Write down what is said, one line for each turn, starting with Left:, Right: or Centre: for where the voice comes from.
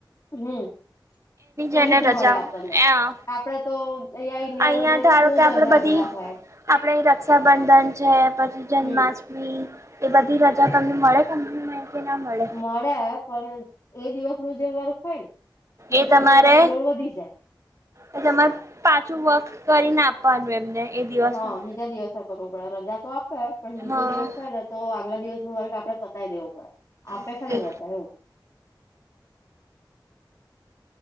Left: હું. એની
Right: જને
Left: જ મળે
Right: રજા
Left: આપણને આપડે તો અહીં ઈન્ડિયામાં
Right: અહિયાં
Left: જે
Right: ધારો
Left: બહુ
Right: કે આપડે
Left: બધા
Right: બધી
Left: બાઘા હોય.
Right: આપણે રક્ષાબંધન છે પછી જન્માષ્ટમી
Left: હમ
Right: ન એ બધી રજા તમને મળે તમને મા કે ના મળે.
Left: મળે પણ એ દિવસ ન જે વર્ગ થાય ને. બીજા
Right: એ તમારે
Left: દિવસ એનો લોડ વધી જાય.
Right: એ તમારે પાછું વર્ક કરીને આપ પામને એ દિવસનું
Left: હા બીજા દિવસે કરવું પડે રજા તો આપે પણ બીજો
Right: હા
Left: દિવસ હોય. તો આગલા દિવસ થોડું વકૅ આપડે પતાય દેવું પડે આપે
Right: ઓકે.
Left: ખરી ના જાય એવું.